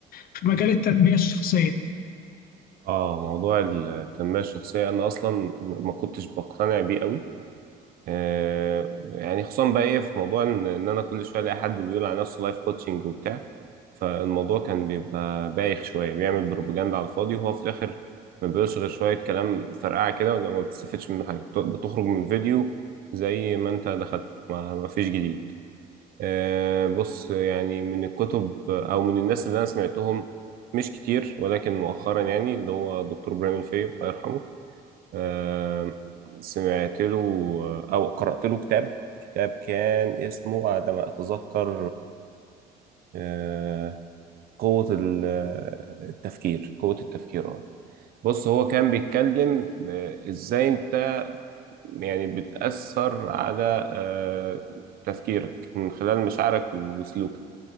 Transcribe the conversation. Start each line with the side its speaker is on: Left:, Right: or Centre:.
Left: في مجال التنمية الشخصية
Right: اه موضوع التنمية الشخصية أنا أصلا ما كنتش بقتنع بيه قوي آه يعني خصوصا بقى إيه في موضوع إن إن أنا كل شوية ألاقي حد بيقول على نفسه لايف كوتشنج وبتاع فالموضوع كان بيبقى بايخ شوية بيعمل بروباجندا على الفاضي وهو في الآخر ما بيقولش غير شوية كلام فرقعة كده ولا ما بتستفدش منه حاجة بت- بتخرج من الفيديو زي ما أنت دخلته ما ما فيش جديد آه، بص يعني من الكتب او من الناس اللي انا سمعتهم مش كتير ولكن مؤخرا يعني اللي هو دكتور ابراهيم الفقي الله يرحمه آه، سمعت له او قرأت له كتاب كتاب كان اسمه على ما اتذكر آه، قوة ال- التفكير قوة التفكير اه بص هو كان بيتكلم آه، ازاي انت يعني بتأثر على آه، تفكيرك من خلال مشاعرك وسلوكك